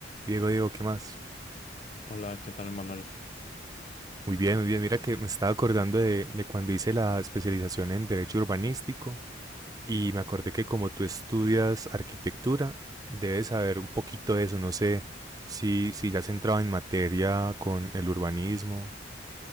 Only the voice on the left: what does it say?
Hola, ¿qué tal, Manuel?